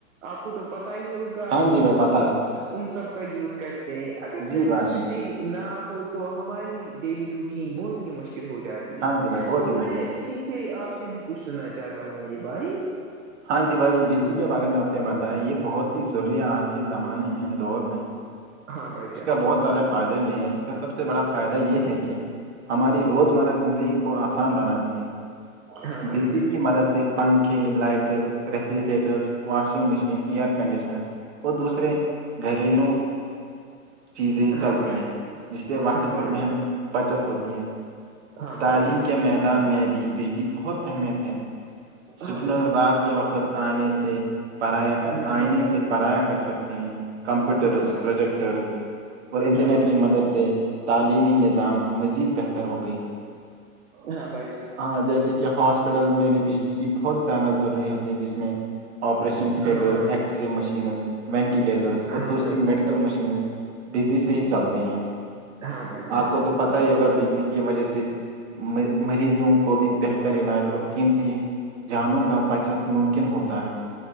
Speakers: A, on the right; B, on the right.
A: آپ کو تو پتا ہی ہوگا
B: ہاں جی بھائی پتہ ہے
A: ان سب کا یوز کرتے ہیں اگر
B: جی
A: الیکٹریسٹی
B: بھائی
A: نہ ہو تو ہماری ڈیلی روٹین بہت ہی مشکل ہو جاتی
B: ہاں جی بھائی بہت
A: تو
B: ہی مشکل
A: میں
B: ہے
A: اسی پ آپ سے بھی کچھ سننا چاہتا ہوں میرے بھائی
B: ہاں جی بھائی بجلی کے بارے میں آپ نے بتایا یہ بہت ہی ضروری ہے آج کے زمانے میں دور میں
A: ہاں بھائی
B: اس
A: جان
B: کا بہت سارے فائدے بھی ہیں اس کا سب سے بڑا فائدہ یہ ہے کہ ہماری روزمرہ زندگی کو آسان بناتی ہیں
A: ہاں بھائی
B: بجلی
A: جان
B: کی مدد سے پنکھے lights refrigerators washing machine air conditioner وہ دوسرے گھریلو چیزیں
A: ہاں
B: چلتی
A: بھائی
B: ہیں
A: جان
B: جس سے وقت
A: ہاں بھائی
B: اور
A: جان
B: محنت بچت ہوتی ہے
A: ہاں
B: تعلیم
A: بھائی جان
B: کے میدان میں بھی بجلی بہت اہمیت ہے سڈنز
A: ہاں بھائی جان
B: رات کے وقت آنے سے پرایا
A: ہاں
B: آئینے
A: بھائی جان
B: سے پرایا کر سکتے ہیں کمپیوٹرس
A: ہاں بھائی
B: پروجیکٹرس
A: جان
B: اور انٹرنیٹ
A: ہاں بھائی
B: کی
A: جان
B: مدد سے تعلیمی نظام مزید بہتر ہو گئی ہے
A: ہاں بھائی جان
B: ہاں جیسے کہ ہاسپٹل میں بھی بجلی کی بہت زیادہ ضروری ہوتی ہیں جس میں آپریشن تھیٹرس
A: ہاں بھائی
B: ایککسرے
A: جان
B: مشینز وینٹیلیٹرس اور
A: ہاں
B: دوسری
A: بھائی جان
B: میڈکل مشینز بجلی سے ہی چلتے ہیں
A: ہاں بھائی جان
B: آپ کو تو پت ہی ہوگا بجلی کی وجہ سے مریضوں کو بھی بہتر علاج اور قیمتی جانوں کا بچت ممکن ہوتا ہے